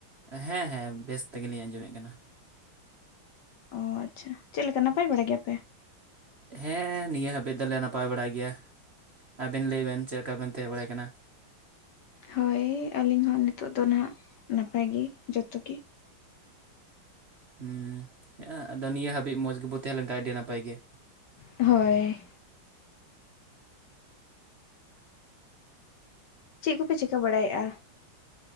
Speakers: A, on the right; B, on the left.
A: ᱦᱮᱸ ᱦᱮᱸ ᱵᱮᱥ ᱛᱮᱜᱮᱞᱤᱧ ᱟᱸᱡᱚᱢᱮᱫ ᱠᱟᱱᱟ
B: ᱚ ᱟᱪᱪᱷᱟ ᱪᱮᱫ ᱞᱮᱠᱟ ᱱᱟᱯᱟᱭ ᱵᱟᱲᱟ ᱜᱮᱭᱟᱯᱮ
A: ᱦᱮᱸ ᱱᱤᱭᱟᱹ ᱦᱟᱹᱵᱤᱡ ᱫᱚᱞᱮ ᱱᱟᱯᱟᱭ ᱵᱟᱲᱟᱭ ᱜᱮᱭᱟ ᱟᱵᱮᱱ ᱞᱟᱹᱭᱵᱮᱱ ᱪᱮᱫ ᱞᱮᱠᱟᱵᱮᱱ ᱛᱟᱦᱮᱸ ᱵᱟᱲᱟᱭ ᱠᱟᱱᱟ
B: ᱦᱳᱭ ᱟᱹᱞᱤᱧ ᱦᱚᱸ ᱱᱤᱛᱳᱜ ᱫᱚ ᱱᱟᱦᱟᱜ ᱱᱟᱯᱟᱭ ᱜᱮ ᱡᱚᱛᱚ ᱜᱮ
A: ᱦᱩᱸ ᱟᱫᱚ ᱱᱤᱭᱟᱹ ᱦᱟᱹᱵᱤᱡ ᱢᱚᱸᱡᱽ ᱜᱮᱵᱚ ᱛᱟᱦᱮᱸ ᱞᱮᱱ ᱠᱷᱟᱡ ᱟᱹᱰᱤ ᱱᱟᱯᱟᱭ ᱜᱮ
B: ᱦᱳᱭ ᱪᱮᱫ ᱠᱚᱯᱮ ᱪᱤᱠᱟᱹ ᱵᱟᱲᱟᱭᱮᱫᱼᱟ